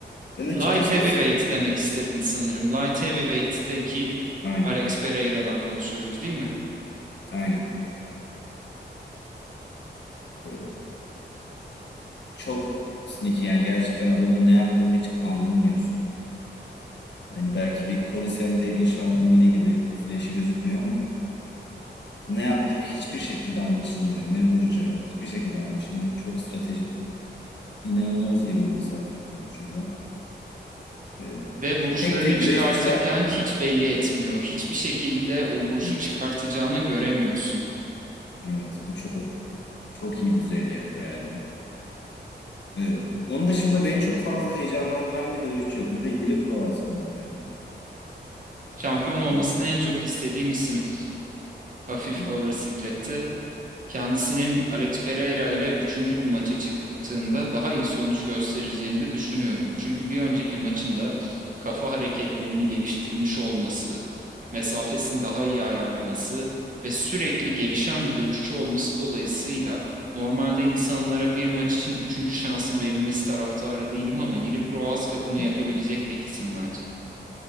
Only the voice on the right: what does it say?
Light
heavyweight
demek istedin sanırım. Light heavyweight'teki
Alex Pereira'dan konuşuyoruz değil mi?
Ve vuruşlarını
çıkartırken hiç belli etmiyor. Hiçbir şekilde o vuruşu
çıkartacağını göremiyorsun.
Şampiyon olmasını
en çok istediğim isim hafif
ağır siklette Kendisinin Alex Pereira ile üçüncü bir maça çıktığında daha iyi sonuç göstereceğini de düşünüyorum. Çünkü bir önceki maçında kafa hareketlerini geliştirmiş olması, mesafesini daha iyi ayarlaması ve sürekli gelişen bir dövüşçü olması dolayısıyla normalde insanlara bir maç için üçüncü şansın verilmesi taraftarı değilim ama Yuri Prohaska bunu
yapabilecek tek isim bence.